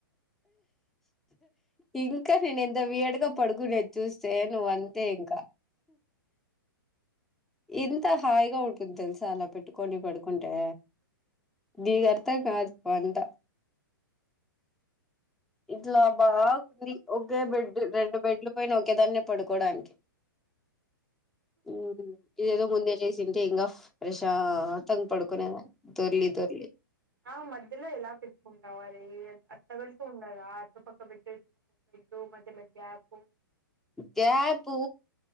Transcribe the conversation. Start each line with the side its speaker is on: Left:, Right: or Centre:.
Centre: ఇ ఇంకా నేను ఎంత వీయడ్ గా పడుకునేది చూస్తే నువ్్వ అంతే ఇంకా ఇంత హాయిగా ఉంటుంది తెలుస అలా పెట్టుకొని పడుకుంటే నీకు అర్ధం కాదు పంట ఇట్లా బాగుంది ఒకే బెడ్ రెండు బెడ్లు పోయిన ఒకే దాన్ని పడుకోడానికి మ్ హు ఇదేదో ముందే చేస్ తుంటే ఇింగా రెషా ప్రశాంతంగా పడుకునేదన్ని దొర్లి దొర్లి
Right: ఆ మధ్యలో ఎలా పెట్టుకుంటావ్ అది అది తాగుల్తూ ఉండదా ఒక పక్క బెడ్డు ఇటు పక్క బెడ్డు మధ్యల గ్యాప్
Centre: గ్యాపు